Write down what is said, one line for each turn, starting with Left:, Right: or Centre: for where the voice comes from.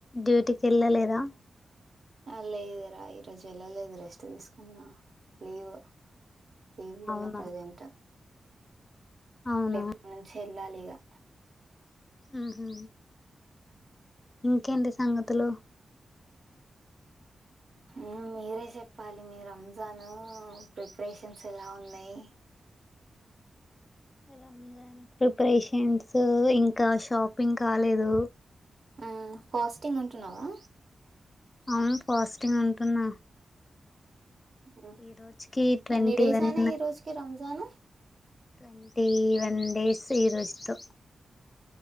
Left: డ్యూటీకెళ్లలేదా
Right: అ లేదురా ఈరోజు వెళ్లలేదు రెస్ట్ తీసుకున్నా లీవ్ లీవులున్న
Left: అవునా
Right: ప్రజెంట్
Left: అవునా
Right: రేపుట్ నుంచి ఎళ్లాలిగా
Left: ఊహు ఇంకేంటి సంగతులు
Right: ఉమ్ మీరే చెప్పాలి మీ రంజాను ప్రిపరేషన్స్ ఎలా ఉన్నాయి
Left: రంజాన్ ప్రిపరేషన్స్ ఇంకా షాపింగ్ కాలేదు
Right: ఆ ఫాస్టింగ్ ఉంటున్నావా
Left: ఆమ్ ఫాస్టింగ్ ఉంటున్న
Right: ఉమ్.
Left: ఈ రోజుకి ట్వంటీ
Right: ఎన్ని డేస్
Left: వన్
Right: అయినా ఈ రోజుకి రంజాన్
Left: ట్వంటీ వన్ డేసు ఈ రోజుతో